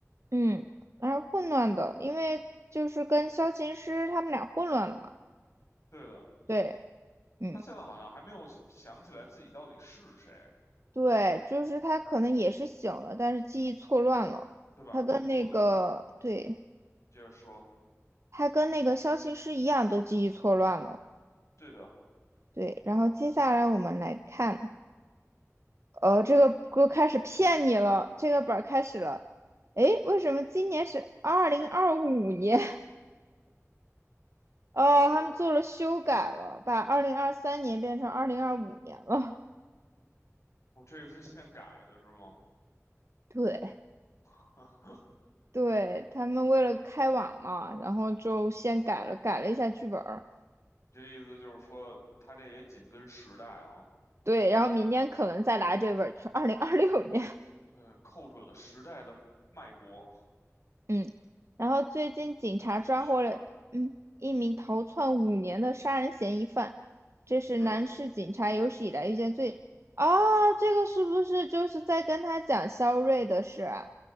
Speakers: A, on the right (about 60°); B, on the left (about 65°).
A: 嗯，然后混乱的，因为就是跟萧琴师他们俩混乱了嘛。
B: 对的。
A: 对，嗯，
B: 他现在好像还没有想起来自己到底是谁，
A: 对，就是他可能也是醒了，但是记忆错乱了。
B: 对吧？
A: 他跟那个，
B: 根据我的，嗯，
A: 对，
B: 接着说，
A: 他跟那个萧琴师一样，都记忆错乱了。
B: 对的，
A: 对，然后接下来我们来看。呃，这个歌开始骗你了，这个本儿开始了。诶，为什么今年是二零二五年？<laughs> 哦，
B: 我
A: 他们做了修改了，把二零二三年变成二零二五年了。
B: 我这个是现改的，是吗？
A: <laughs> 对，
B: <laughs>
A: 对，他们为了开网嘛，然后就先改了，改了一下剧本儿。
B: 这意思就是说，他这也紧跟时代啊，
A: 对，然后明年可能再来这本儿，就是二零二六年。
B: 对，扣准了时代的脉搏。
A: 嗯，然后最近警察抓获了嗯一名逃窜五年的杀人嫌疑犯，
B: 咱们继续吧。
A: 这是南市警察有史以来遇见最……
B: 是的，
A: 哦，这个是不是就是在跟他讲肖瑞的事啊？